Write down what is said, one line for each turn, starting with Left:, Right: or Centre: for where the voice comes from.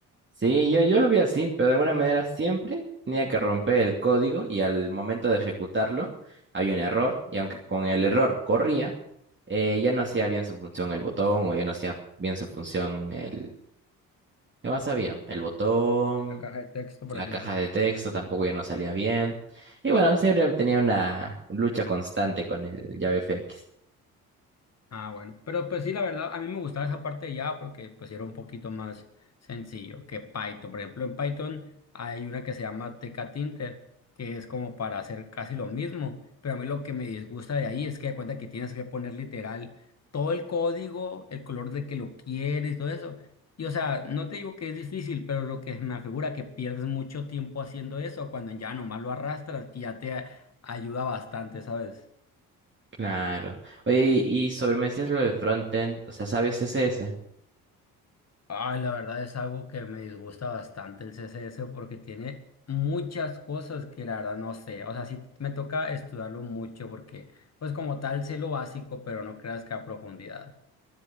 Right: Sí, yo, yo lo vi así, pero de alguna manera siempre tenía que romper el código y al momento de ejecutarlo había un error y aunque con el error corría, eh, ya no hacía bien su función el botón o ya no hacía bien su función el... ¿Qué más sabía El botón,
Left: La caja de texto, por
Right: la
Left: ejemplo.
Right: caja de texto tampoco ya no salía bien. Y bueno, siempre tenía una lucha constante con el JavaFX.
Left: Ah, bueno. Pero pues sí, la verdad, a mí me gustaba esa parte de Java porque pues era un poquito más sencillo que Python. Por ejemplo, en Python hay una que se llama Tekatinter, que es como para hacer casi lo mismo. Pero a mí lo que me disgusta de ahí es que da cuenta que tienes que poner literal todo el código, el color de que lo quieres y todo eso. Y o sea, no te digo que es difícil, pero lo que me afigura que pierdes mucho tiempo haciendo eso cuando ya nomás lo arrastras y ya te a- ayuda bastante, ¿sabes?
Right: Claro. Oye, y y sobre me decías lo de frontend, o sea, ¿sabes CSS?
Left: Ay, la verdad es algo que me disgusta bastante el CSS porque tiene muchas cosas que la verdad no sé. O sea, sí me toca estudiarlo mucho porque, pues como tal, sé lo básico, pero no creas que a profundidad.